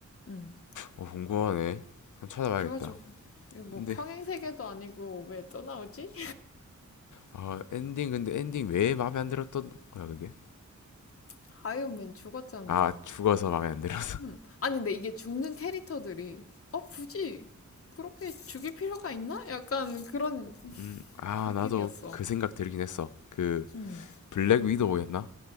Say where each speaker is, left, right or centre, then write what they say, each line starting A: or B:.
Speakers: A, on the left; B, on the left.
A: 응.
B: 어 궁금하네. 한번 찾아봐야겠다.
A: 그래가지고 이뭐
B: 근데
A: 평행 세계도 아니고 왜 또 나오지?
B: 아 엔딩 근데 엔딩 왜 마음에 안 들었던 거야 그게?
A: <laughs> 아이언맨 죽었잖아.
B: 아 죽어서 마음에 안 들어서.
A: 음. 아니 근데 이게 죽는 캐릭터들이 어 굳이 그렇게 죽일 필요가 있나? 약간 그런
B: <laughs> 음 아
A: 느낌이었어.
B: 나도 그 생각 들긴 했어. 그
A: 음.
B: 블랙 위도우였나?